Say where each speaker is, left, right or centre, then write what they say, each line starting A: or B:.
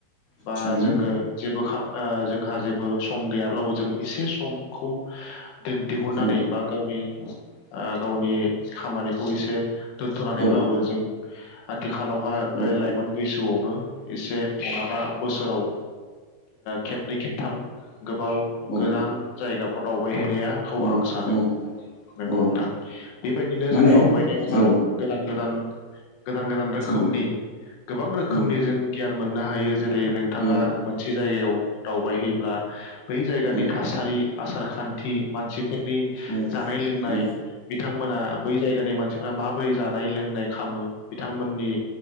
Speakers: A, on the left; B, on the left.
A: बा
B: थारैनो
A: जोङो जेबो जोंहा जेबो सम गैयाब्लाबो जों एसे समखौ दिहुननानै
B: औ
A: बा गावनि गावनि खामानिखौ एसे दोन्थनानैब्लाबो
B: औ
A: जों आथिखालावहा बे
B: औ
A: लाइमोन बैसोआवनो एसे माल्बाबा बोसोराव खेबनै खेबथाम गोबाव
B: औ
A: गोजान जायगाफ्राव दावबायहै नायखौ
B: औ
A: आं सानो। नोंगौ
B: औ
A: नोंथां। बेबायदिनो
B: माने
A: जों दावबायनायाव हा
B: औ
A: गोदान गोदान। गोदान गोदान रोखोमनि
B: औ
A: गोबां रोखोमनि
B: औ
A: जों गियान मोननो हायो जेरै नोंथाङा
B: औ
A: मोनसे जायगायाव दावबायहैयोब्ला बै जायगानि
B: औ
A: थासारि, आसार खान्थि, मानसिफोरनि
B: औ
A: जानाय लोंनाय,
B: औ औ
A: बिथांमोना बै जायगानि मानसि रा माबोरै जानाय लोंनाय खामो बिथांमोननि